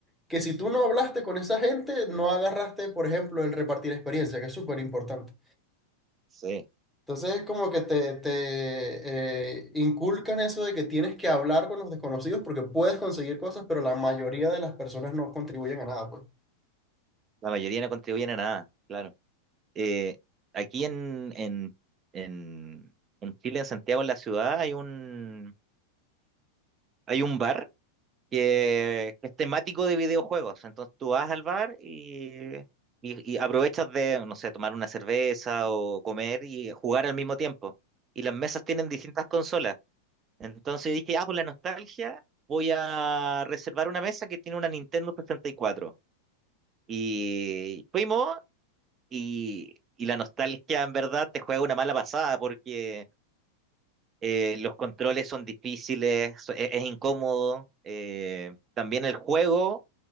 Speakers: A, in the centre; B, on the right.
A: que si tú no hablaste con esa gente, no agarraste, por ejemplo, el repartir experiencia, que es súper importante.
B: Sí,
A: Entonces es como que te, te, eh, inculcan eso de que tienes que hablar con los desconocidos porque puedes conseguir cosas, pero la mayoría de las personas no contribuyen a nada, pues.
B: la mayoría no contribuyen a nada, claro. Eh, aquí en, en, en, en Chile, en Santiago, en la ciudad, hay un, hay un bar que, que es temático de videojuegos, entonces tú vas al bar y, y, y aprovechas de, no sé, tomar una cerveza o comer y jugar al mismo tiempo. Y las mesas tienen distintas consolas. Entonces dije, ah, por la nostalgia, voy a reservar una mesa que tiene una Nintendo sesenta Y cuatro. Y fuimos, y, y la nostalgia en verdad te juega una mala pasada porque eh, los controles son difíciles, so- e- es, incómodo. eh, también el juego,